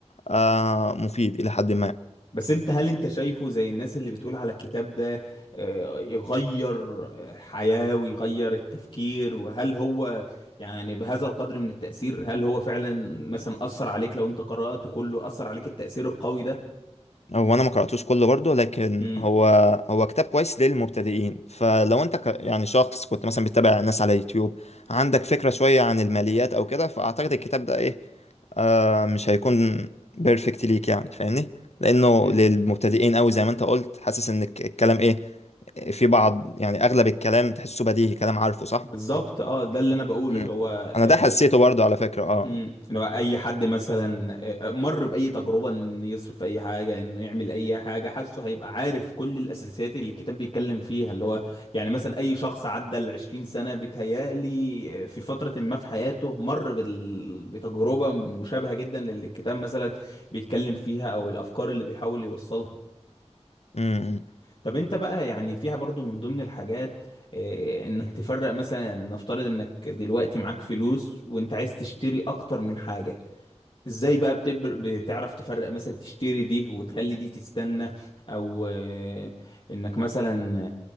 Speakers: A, on the left (about 70°); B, on the left (about 50°).
A: آه مفيد الى حد ما
B: بس انت هل انت شايفه زي الناس اللي بتقول على الكتاب ده آه، يغير الحياة ويغير التفكير وهل هو يعني بهذا القدر من التأثير هل هو فعلا مثلا أثر عليك لو انت قرأته كله أثر عليك التأثير القوي ده
A: هو انا ما قراتوش كله برضو لكن
B: مم.
A: هو هو كتاب كويس للمبتدئين فلو انت ك يعني شخص كنت مثلا بتتابع ناس على يوتيوب عندك فكره شويه عن الماليات او كده فاعتقد الكتاب ده ايه آه مش هيكون بيرفكت ليك يعني فاهمني لانه
B: مم.
A: للمبتدئين قوي زي ما انت قلت حاسس ان الك- الكلام ايه في بعض يعني اغلب الكلام تحسه بديهي كلام عارفه صح
B: بالظبط اه ده اللي انا بقوله
A: مم.
B: اللي هو
A: انا
B: آه،
A: ده حسيته برضه على فكرة اه
B: امم لو اي حد مثلا مر باي تجربه ان يصرف في اي حاجه انه يعمل اي حاجه حاسه هيبقى عارف كل الاساسيات اللي الكتاب بيتكلم فيها اللي هو يعني مثلا اي شخص عدى ال 20 سنه بيتهيألي في فتره ما في حياته مر بال... بتجربه مشابهه جدا للي الكتاب مثلا بيتكلم فيها او الافكار اللي بيحاول يوصلها
A: امم
B: طب انت بقى يعني فيها برضو من ضمن الحاجات إيه، انك تفرق مثلا نفترض انك دلوقتي معاك فلوس وانت عايز تشتري اكتر من حاجة ازاي بقى بتبر... بتعرف تفرق مثلا تشتري دي وتخلي دي تستنى او آه، انك مثلا